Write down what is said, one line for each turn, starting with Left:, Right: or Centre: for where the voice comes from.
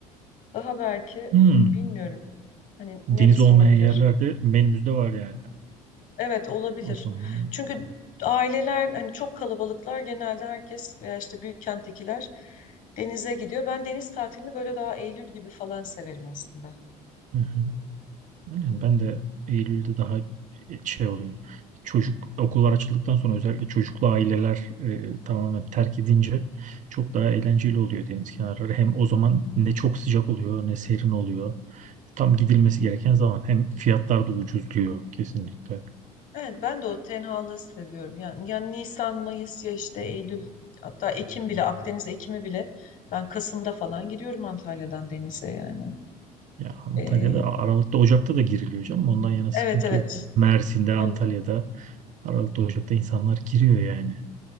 Left: daha belki
Right: Hmm.
Left: bilmiyorum hani
Right: Deniz
Left: neresi
Right: olmayan
Left: olabilir?
Right: yerlerde menümüzde var yani.
Left: Evet olabilir.
Right: O zaman.
Left: Çünkü aileler hani çok kalabalıklar genelde herkes veya işte büyük kenttekiler denize gidiyor. Ben deniz tatilini böyle daha Eylül gibi falan severim aslında.
Right: Hı hı. Aynen ben de Eylül'de daha e, şey oluyor. Çocuk okullar açıldıktan sonra özellikle çocuklu aileler e, tamamen terk edince çok daha eğlenceli oluyor deniz kenarları. Hem o zaman ne çok sıcak oluyor ne serin oluyor. Tam gidilmesi gereken zaman hem fiyatlar da ucuzluyor kesinlikle.
Left: Evet ben de o tenhalığı seviyorum. Yani ya Nisan, Mayıs ya işte Eylül hatta Ekim bile Akdeniz Ekimi bile ben Kasım'da falan gidiyorum Antalya'dan denize yani.
Right: Ya Antalya'da
Left: Ee,
Right: A- Aralık'ta Ocak'ta da giriliyor canım. Ondan yana sıkıntı
Left: evet evet.
Right: yok. Mersin'de, Antalya'da
Left: Evet,
Right: Aralık'ta Ocak'ta insanlar giriyor yani.